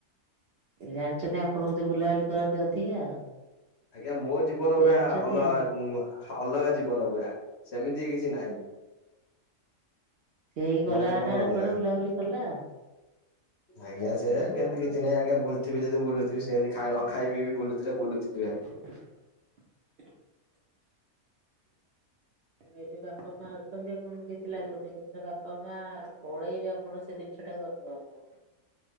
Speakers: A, on the right (about 60°); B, on the left (about 55°).
A: ଜାଣିଛନ୍ତି ଆପଣ ବୋଧେ ବୁଲାବୁଲି କରନ୍ତି ଅଧିକା ଆଉ।
B: ଆଜ୍ଞା ମୋ ଜୀବନ
A: ସେ
B: ପୁରା
A: ଜାଣିଛନ୍ତି
B: ଅଲଗା
A: ଆଉ
B: ଆ ଉଁ ଅଲଗା ଜୀବନ ପୁରା ସେମିତି କିଛି ନାହିଁ।
A: ସେଇ ଗଲା
B: ମୋ ଜୀବନ
A: ନା <unintelligible>
B: ଅଲଗା।
A: କୁଆଡେ ବୁଲାବୁଲି କଲା ଆଉ।
B: ଆଜ୍ଞା ସେ କେମିତି କିଛି ନାହିଁ ଆଜ୍ଞା ବୁଲୁଥିବି ଯଦି ବୁଲୁଥିବି ସେମିତି ଖାଇ ନ ଖାଇ ପିଇ ବି ବୁଲୁଥିଲେ ବୁଲୁଥିବେ।
A: <inaudible> ଏବେ ବାପା ମାଆ ଅଛନ୍ତି ଆପଣଙ୍କୁ କିଛି ଲାଗୁନି <unintelligible> ବାପା ମାଆ ଆ ପଳେଇବେ ଆପଣ ସେ ଜିନିଷଟାକୁ ଅନୁଭବ ହବ।